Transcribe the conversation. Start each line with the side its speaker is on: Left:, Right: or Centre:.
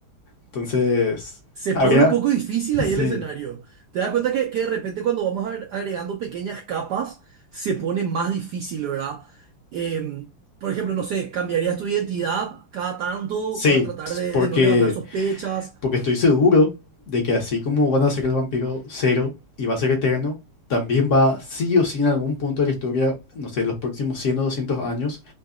Left: Entonces,
Right: Se
Left: habría,
Right: pone un poco difícil
Left: sí,
Right: ahí el escenario. Te das cuenta que, que de repente cuando vamos agre- agregando pequeñas capas, se pone más difícil, ¿verdad? Eh, por ejemplo, no sé, ¿cambiarías tu identidad cada tanto
Left: sí,
Right: para tratar
Left: ps-
Right: de,
Left: porque
Right: de no levantar sospechas?
Left: Porque estoy seguro de que así como van a ser el vampiro cero y va a ser eterno, también va sí o sí en algún punto de la historia, no sé, los próximos 100 o 200 años,